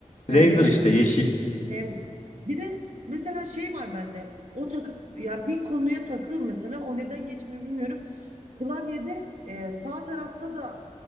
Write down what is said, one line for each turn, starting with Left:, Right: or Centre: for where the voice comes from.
Right: He,
Left: Razer
Right: Razer'ın.
Left: işte yeşil.
Right: Hem bir de mesela şey var bende. O takı ya bir konuya takıl mesela o neden geçmiyor bilmiyorum. Klavyede e, sağ tarafta da